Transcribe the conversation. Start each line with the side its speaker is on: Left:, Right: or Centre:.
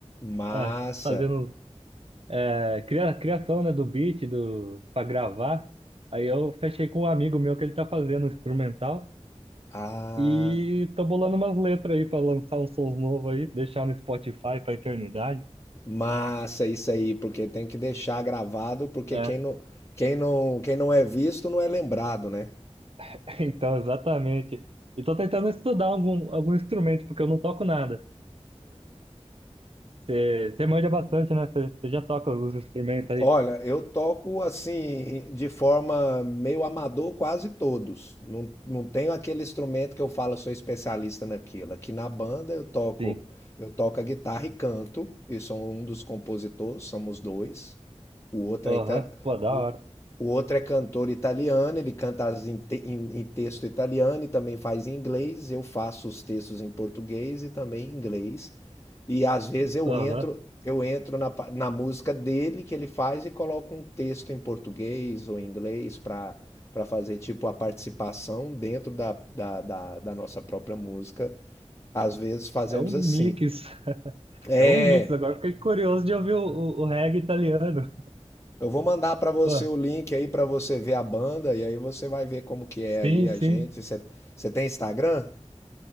Left: Massa.
Right: Ah, fazendo é, cria- criação, né, do beat do, pra gravar. Aí eu fechei com um amigo meu que ele tá fazendo instrumental.
Left: Ah.
Right: E tô bolando umas letras aí pra lançar um som novo aí, deixar no Spotify pra eternidade.
Left: Massa isso aí, porque tem que deixar gravado, porque
Right: É,
Left: quem não, quem não, quem não é visto não é lembrado, né?
Right: <laughs> então, exatamente. E tô tentando estudar algum, algum instrumento, porque eu não toco nada. Você manja bastante, né? Você já toca alguns instrumentos aí?
Left: Olha, eu toco assim, de forma meio amador, quase todos. Não, não tenho aquele instrumento que eu falo, sou especialista naquilo. Aqui na banda eu toco,
Right: Sim.
Left: eu toco a guitarra e canto, e sou um dos compositores, somos dois. O outro
Right: Aham,
Left: é, ita-
Right: Pô, da
Left: o,
Right: hora.
Left: o outro é cantor italiano, ele canta as em, te- em- em texto italiano e também faz em inglês. Eu faço os textos em português e também em inglês. E às vezes eu
Right: Aham.
Left: entro eu entro na, pa- na música dele que ele faz e coloco um texto em português ou em inglês para para fazer tipo a participação dentro da, da, da, da nossa própria música. Às vezes fazemos
Right: É um mix,
Left: assim.
Right: <laughs>
Left: É,
Right: é um mix. Agora fiquei curioso de ouvir o, o, o reggae italiano.
Left: eu vou mandar para você
Right: Pô,
Left: o link aí para você ver a banda e aí você vai ver como que é
Right: sim,
Left: aí a
Right: sim.
Left: gente. Você você tem Instagram?